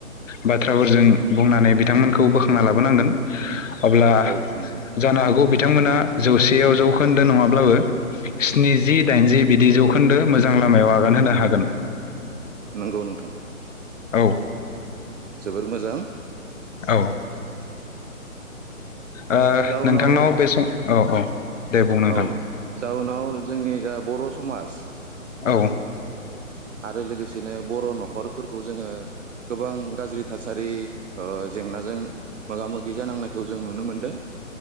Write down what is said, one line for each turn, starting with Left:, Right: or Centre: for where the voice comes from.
Left: बाथ्राफोरजों बुंनानै बिथांमोनखौ खौ बोखांना लाबोनांगोन। अब्ला
Right: औ नंगौ
Left: जानो हागौ बिथांमोना जौसेयाव जौखोन्दो नङाब्लाबो स्निजि दाइनजि बिदि जौखोन्दो मोजां लामायाव आगान होनो हागोन।
Right: नंगौ नोंथां।
Left: औ
Right: जोबोर मोजां।
Left: औ ओ
Right: जाउनाव
Left: नोंथांनाव बे सम औ औ दे बुं नोंथां
Right: औ‌ जाउनाव जोंनि जा बर' समाज
Left: औ
Right: आरो लोगोसेनो बर' नखरफोरखौ जोङो गोबां गाज्रि थासारि जेंनाजों मोगा मोगि जानांनायखौ जों नुनो मोनदों।